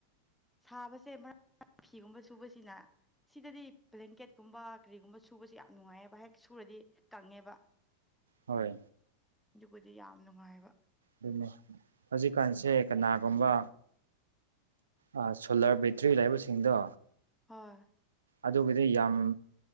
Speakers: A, in the centre; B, on the right.
A: ꯁꯥꯕꯁꯦ ꯃ <unintelligible> ꯐꯤꯒꯨꯝꯕ ꯁꯨꯕꯁꯤꯅ ꯁꯤꯗꯗꯤ ꯕ꯭ꯂꯦꯡꯀꯦꯠꯀꯨꯝꯕ ꯀꯔꯤꯒꯨꯝꯕ ꯁꯨꯕꯁꯦ ꯌꯥꯝ ꯅꯨꯡꯉꯥꯏꯌꯦꯕ ꯍꯦꯛ ꯁꯨꯔꯗꯤ ꯀꯪꯉꯦꯕ
B: ꯍꯣꯏ
A: ꯑꯗꯨꯕꯨꯗꯤ ꯌꯥꯝ ꯅꯨꯡꯉꯥꯏꯕ
B: ꯑꯗꯨꯅꯦ ꯍꯧꯖꯤꯛꯀꯥꯟꯁꯦ ꯀꯅꯥꯒꯨꯝꯕ ꯑ ꯁꯣꯂꯥꯔ ꯕꯦꯇ꯭ꯔꯤ ꯂꯩꯥꯕꯁꯤꯡꯗꯣ
A: ꯍꯣꯏ
B: ꯑꯗꯨꯒꯤꯗꯤ ꯌꯥꯝ